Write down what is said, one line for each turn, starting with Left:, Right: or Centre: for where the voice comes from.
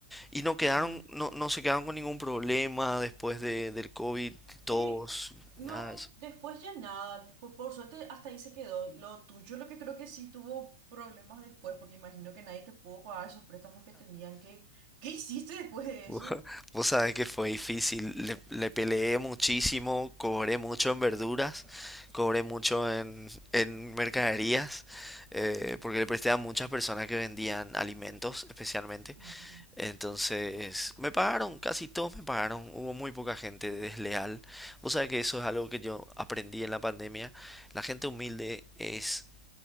Centre: Y no quedaron,
Right: también.
Centre: no, no se quedaron con ningún problema después de, del COVID, todos,
Right: Y no,
Centre: nada de eso.
Right: después ya nada, tipo, por suerte hasta ahí se quedó. Lo tuyo, lo que creo que sí tuvo problemas después, porque imagino que nadie te pudo pagar esos préstamos que tenían. ¿Qué, qué hiciste después de
Centre: Vos
Right: eso?
Centre: vos sabés que fue difícil, le, le peleé muchísimo, cobré mucho en verduras, cobré mucho en, en mercaderías, eh, porque le presté a muchas personas que vendían alimentos especialmente.
Right: Ujú,
Centre: Entonces, me pagaron, casi todos me pagaron, hubo muy poca gente desleal. Vos sabés que eso es algo que yo aprendí en la pandemia, la gente humilde es